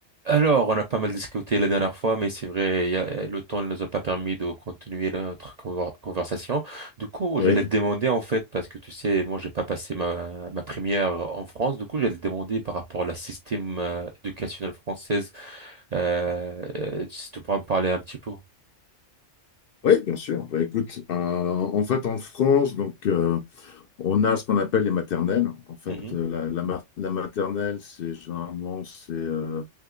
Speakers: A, on the right; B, on the left.
A: Alors, on a pas mal discuté la dernière fois, mais c'est vrai, il y a- le temps ne nous a pas permis de continuer notre conver- conversation. Du coup,
B: Oui,
A: je l'ai demandé en fait, parce que tu sais, moi, j'ai pas passé ma, ma première en France. Du coup, je l'ai demandé par rapport à la système euh, éducationnelle française. Euh, euh, si tu pourras me parler un petit peu.
B: oui, bien sûr. Bah, écoute, euh, en fait, en France, donc, euh, on a ce qu'on appelle les maternelles. En fait,
A: Mhm,
B: euh, la, la ma- la maternelle, c'est généralement, c'est euh,